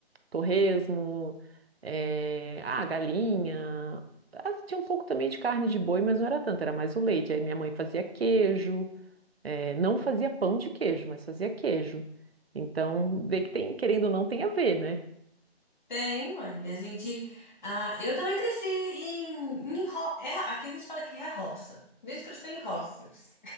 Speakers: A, on the right; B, on the left.
A: torresmo, eh, ah, galinha. Ah, Tinha um pouco também de carne de boi, mas não era tanto, era mais o leite. Aí minha mãe fazia queijo, eh, não fazia pão de queijo, mas fazia queijo. Então, vê que tem, querendo ou não, tem a ver, né?
B: Tem, mãe. A gente. ah, eu também cresci em, em ro- é, aqui a gente fala que é roça. A gente cresceu em roças.